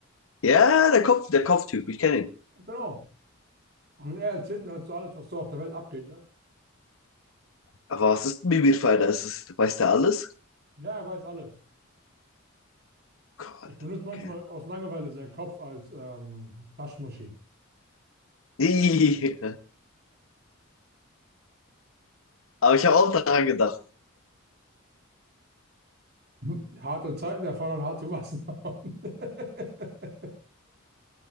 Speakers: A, on the left (about 75°); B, on the right (about 55°).
A: Ja, der Kopf, der Kopftyp, ich kenne ihn.
B: Genau. Und er erzählt mir dazu alles, was so auf der Welt abgeht, ne?
A: Aber was ist ein Bibirfighter? Ist es, weiß der alles?
B: Ja, er weiß alles.
A: Gott,
B: Ich benutze manchmal
A: okay.
B: aus Langeweile seinen Kopf als ähm, Taschenmuschi.
A: <laughs> Ih, Aber ich habe auch daran gedacht.
B: <laughs> Harte Zeiten erfordern harte Maßnahmen. <laughs>